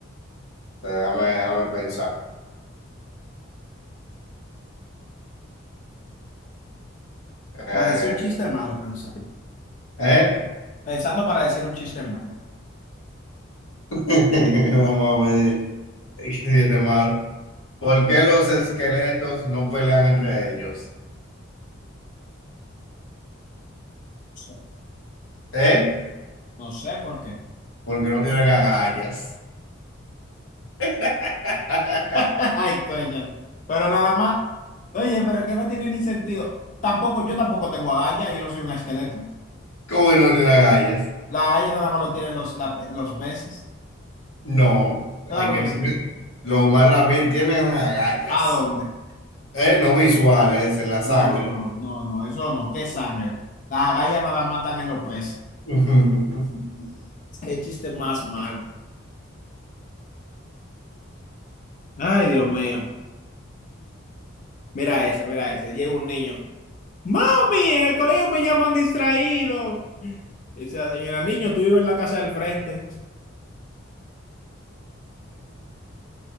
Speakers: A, on the left; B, on the left.
A: déjame, déjame pensar. Eh,
B: Para decir un chiste malo, pensando.
A: ¿eh?
B: Pensando para decir un chiste malo.
A: <laughs> Vamos a ver. ¿Qué chiste malo? ¿Por qué los esqueletos no pelean entre ellos?
B: No sé,
A: ¿Eh?
B: no sé por qué.
A: Porque no tienen agallas. <laughs>
B: <laughs> Ay, coño. Pero nada más. Oye, pero es que no tiene ni sentido. Tampoco, yo tampoco tengo agallas y no soy un esqueleto.
A: ¿Cómo que no tienen agallas?
B: La agalla nada más lo tienen los, la pe- los peces.
A: No,
B: Claro
A: hay que
B: que
A: tener.
B: sí.
A: Los humanos también tienen agallas.
B: ¿A dónde?
A: ¿Eh? No visuales en la sangre.
B: No, no, no, no, eso no. ¿Qué sangre? Las agallas nada más están en los peces.
A: <laughs>
B: Qué chiste más mal. Ay, Dios mío. Mira ese, mira ese. Llega un niño. Mami, en el colegio me llaman distraído. Dice la señora, niño, tú vives en la casa del frente.